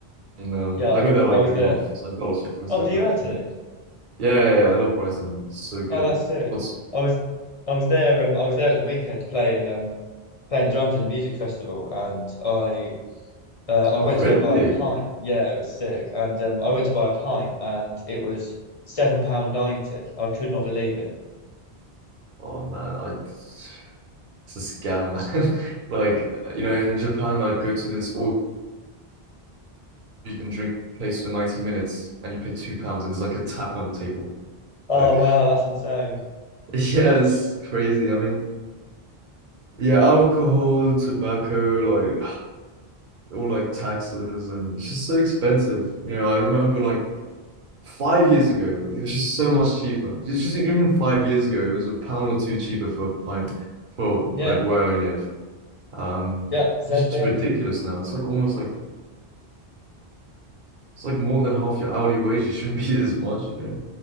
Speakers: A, on the right; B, on the left.
A: And um,
B: Yeah,
A: I go there like
B: I, I was
A: every
B: there.
A: month because I've got lots of friends
B: Oh,
A: there.
B: do
A: But
B: you actually?
A: um, yeah, yeah, yeah, I love Brighton. It's so good.
B: Oh, that's sick.
A: What's
B: I was, I was there. Um, I was there at the weekend playing um playing drums in the music festival, and I uh, I went
A: oh really?
B: to go buy a pint. Yeah, it was sick. And um, I went to buy a pint, and it was seven pound ninety. I could not believe it.
A: Oh man, I it's a scam, man. <laughs> Like you know, in Japan, I'd go to this all you can drink place for 90 minutes, and you pay two pounds, and there's like a tap on your table.
B: Oh
A: Like
B: wow, that's insane.
A: <laughs> yeah, it's crazy. I mean, yeah, alcohol, tobacco, like all like taxes, and it's just so expensive. You know, I remember like five years ago, it was just so much cheaper. It's just even five years ago, it was a pound or two cheaper for a pint for
B: Yeah,
A: like where I live. Um,
B: yeah, same
A: it's just
B: thing.
A: ridiculous now. It's like almost like it's like more than half your hourly wage. It shouldn't be <laughs> this much, you know.